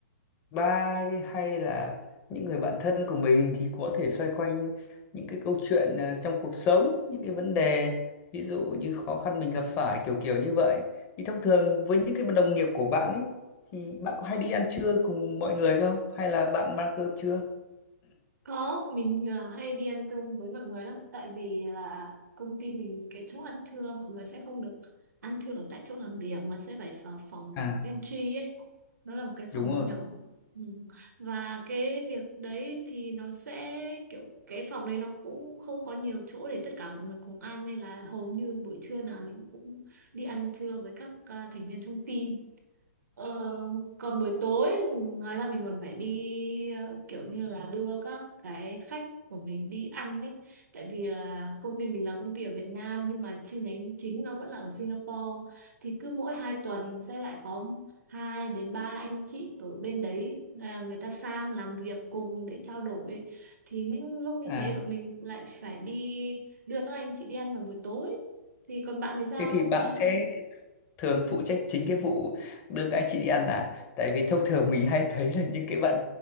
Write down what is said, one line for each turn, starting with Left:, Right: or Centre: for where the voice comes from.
Left: 3 hay là những người bạn thân của mình thì có thể xoay quanh những cái câu chuyện ờ, trong cuộc sống những cái vấn đề ví dụ như khó khăn mình gặp phải kiểu kiểu như vậy thì thông thường với những cái đồng nghiệp của bạn ấy thì bạn có hay đi ăn trưa cùng mọi người không hay là bạn mang cơm chưa
Right: Có, mình ờ, hay đi ăn cơm với mọi người lắm tại vì là công ty mình cái chỗ ăn trưa mọi người sẽ không được ăn trưa ở tại chỗ làm việc mà sẽ phải vào phòng
Left: à
Right: pantry ấy nó là một cái phòng
Left: đúng rồi
Right: nhỏ ừ. Và cái việc đấy thì nó sẽ kiểu cái phòng đấy nó cũng không có nhiều chỗ để tất cả mọi người cùng ăn nên là hầu như buổi trưa nào mình cũng đi ăn trưa với các ờ, thành viên trong team Ờ, còn buổi tối ngoài ra mình còn phải đi ờ, kiểu như là đưa các cái khách của mình đi ăn ấy tại vì là công ty mình là công ty ở Việt Nam nhưng mà chi nhánh chính nó vẫn là ở Singapore thì cứ mỗi hai tuần sẽ lại có hai đến ba anh chị ở bên đấy à, người ta sang làm việc cùng để trao đổi thì những lúc như
Left: à
Right: thế bọn mình lại phải đi đưa các anh chị đi ăn vào buổi tối thì còn bạn thì sao
Left: thế thì
Right: không
Left: bạn
Right: biết là
Left: sẽ thường phụ trách chính cái vụ đưa các anh chị đi ăn à tại vì thông thường mình hay thấy là những cái bạn